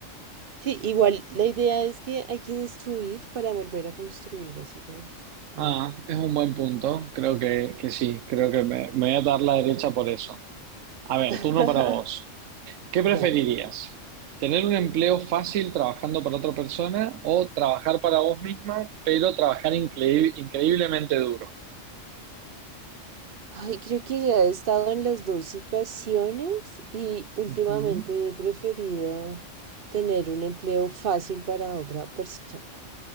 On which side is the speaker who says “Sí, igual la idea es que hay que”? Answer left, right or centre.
Right